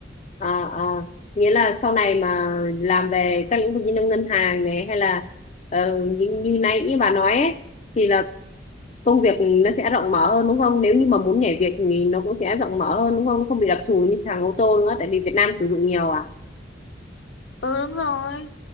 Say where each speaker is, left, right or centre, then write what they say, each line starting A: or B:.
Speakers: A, on the left; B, on the left.
A: à, à. nghĩa là sau này mà làm về các lĩnh vực như là ngân hàng này hay là ờ, như, như nãy như bà nói ấy, thì là công việc nó sẽ rộng mở hơn đúng không nếu như mà muốn nhảy việc thì nó cũng sẽ rộng mở hơn đúng không Nó không bị đặc thù như thằng ô tô nữa tại vì Việt Nam sử dụng nhiều à
B: Ừ đúng rồi.